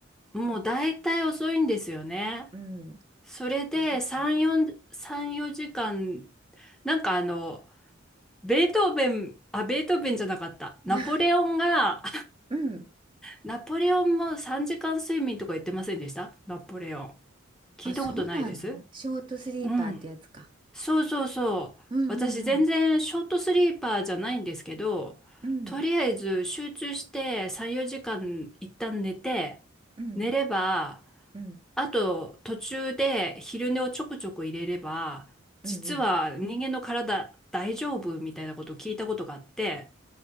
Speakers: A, in the centre; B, on the right (about 25°).
A: もう大体遅いんですよね。
B: うん。
A: それで3、
B: そっかそっか。
A: 4、3、4時間、なんかあの、ベートーベン、あ、ベートーベンじゃなかった。ナポレオンが、
B: <laughs> うん。
A: ナポレオンも3時間睡眠とか言ってませんでしたナポレオン。聞いたことないです。
B: あ、そうなのショートスリーパーってやつか。
A: うん。そうそうそう。
B: うんうんうん。
A: 私全然ショートスリーパーじゃないんですけど、
B: うん
A: とりあえず集中して3、4時間一旦寝て、
B: うん
A: 寝れば、
B: うん
A: あと途中で昼寝をちょくちょく入れれば、実は人間の体大丈夫みたいなことを聞いたことがあって、
B: うんうん。